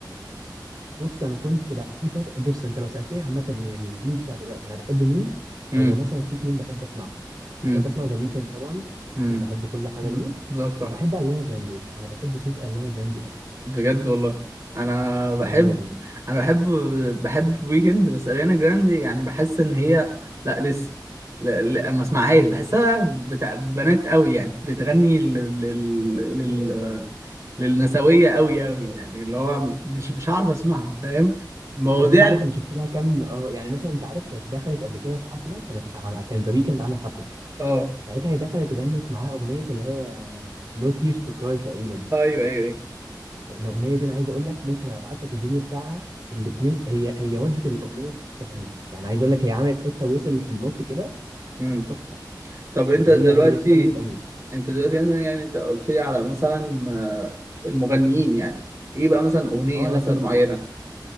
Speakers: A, on the right; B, on the right.
A: <laughs> بص انا كنت بقى في فتره بص انت لو سالتني عامه من الجيل بتاع دلوقتي انا بحب مين
B: امم
A: هو مثلا في اتنين بحب اسمعهم
B: امم
A: بحب اسمع ذا ويكند طبعا
B: امم
A: بحب كل حاجه ليه
B: ذوقك تحفة
A: وبحب اريانا جراندي انا بحب صوت اريانا جراندي قوي
B: بجد والله انا بحب
A: والله يعني
B: انا بحب بحب ويكند بس اريانا جراندي يعني بحس ان هي لا لسه لا لا ما اسمعهاش بحسها بتاع بنات قوي يعني بتغني لل... لل... لل... آه، للنسوية قوي قوي يعني اللي هو مش مش عارف اسمعها فاهم مواضيع
A: اصل انت عارف
B: ال-
A: انا شفت لها كام اه يعني مثلا انت عارف كانت دخلت قبل كده في حفله كانت ح- كان ذا ويكند عامل حفله
B: اه
A: ساعتها هي دخلت غنت معاه اغنيه اللي هي No Tears to Cry تقريبا
B: ايوه ايوه ايوه
A: الاغنيه دي انا عايز اقول لك ممكن ابقى ابعت لك الفيديو بتاعها الاثنين هي هي ودت الاغنيه في حته ثانيه يعني عايز اقول لك هي عملت حته وصل في النص كده
B: امم
A: تحفه
B: طب انت
A: فهي
B: دلوقتي
A: هي صوتها جميل قوي
B: انت دلوقتي مثلا يعني انت قلت لي على مثلا آه، المغنيين يعني ايه بقى مثلا اغنية
A: اه
B: مثلا
A: لكن
B: معينة